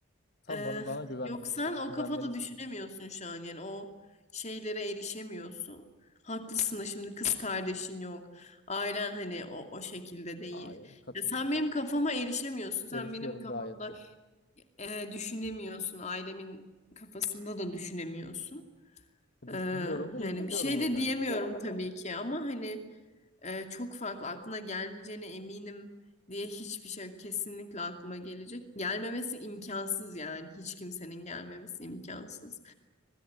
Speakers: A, on the left; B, on the left.
A: Sen
B: e,
A: bana bana güven
B: yok sen o
A: güvenmelisin.
B: kafada düşünemiyorsun şu an yani o şeylere erişemiyorsun. Haklısın da şimdi kız kardeşin yok. Ailen hani o, o şekilde değil.
A: Hayır, katılmıyorum.
B: Ya sen benim kafama erişemiyorsun. Sen
A: Erişiyorum
B: benim kafamda
A: gayet de.
B: e, düşünemiyorsun. Ailemin kafasında da düşünemiyorsun.
A: Düşünüyorum
B: Ee,
A: da
B: yani
A: erişiyorum
B: bir şey
A: da
B: de
A: gayet.
B: diyemiyorum tabii ki ama hani e, çok farklı aklına gelmeyeceğine eminim diye hiçbir şey yok. kesinlikle aklıma gelecek. Gelmemesi imkansız yani hiç kimsenin gelmemesi imkansız.